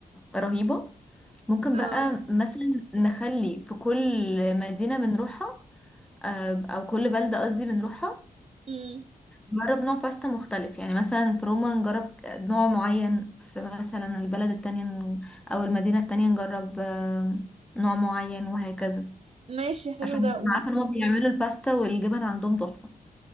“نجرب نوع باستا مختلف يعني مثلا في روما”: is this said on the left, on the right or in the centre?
Centre